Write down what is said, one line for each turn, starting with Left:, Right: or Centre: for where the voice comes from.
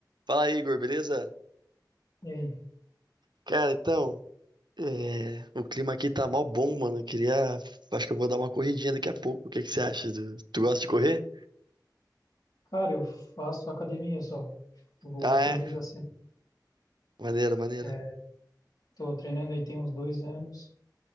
Right: Fala aí, Igor, beleza?
Left: E aí?
Right: Cara, então, é, o clima aqui tá mó bom, mano. Eu Queria. Acho que eu vou dar uma corridinha daqui a pouco. O que que você acha? do- Tu gosta de correr?
Left: Cara, eu faço academia só. Eu Vou
Right: Ah,
Left: três
Right: é?
Left: vezes a semana.
Right: Maneiro, maneiro.
Left: É, tô treinando aí tem uns dois anos.